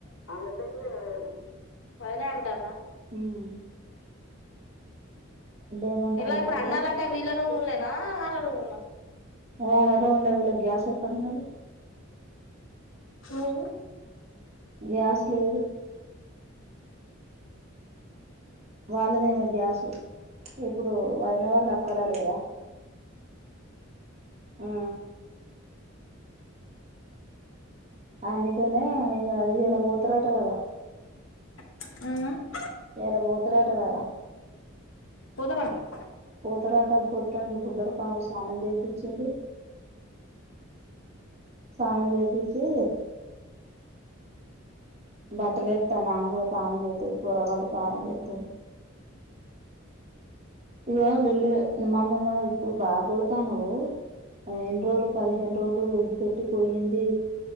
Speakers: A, on the left; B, on the right.
A: అందుతుందేమ్ వదినే అంటారా
B: హ్మ్ ఏమంటాండంటే
A: ఎలా ఇప్పుడు అన్నాలంటే వీళ్ళ రుముల్నే నా వాళ్ళ రూముల్నా
B: ఆ రూమ్ల వీళ్ళకు గ్యాస్ ఎక్కడున్నది.
A: హ్ము
B: గ్యాస్ లేదు. వాళ్ళదే ఇగ గ్యాసు ఇప్పుడు వదిన వాళ్ళు అక్కడ లేరా ఆ అందుకనే ఇగ ఇయ్యాలా పోతరట గదా
A: హ్మ్
B: ఇయాల పోతరట కదా
A: పోతారటనా
B: పోతరట పొట్టోనికి బుడ్డరపాము స్నానం జే పిచ్చింది స్నానం జేపిచ్చి బట్టలేత్తానా ఇగ తానం జేత్తురు పొరగాండ్లు తానం జేత్తురు. ఇగో లొల్లి వె మమ్మల్ని ఇప్పుడు బాగా కొడతాన్నవు, ఎన్ని రోజులు పదిహేను రోజులు వదిలి పెట్టి పోయింది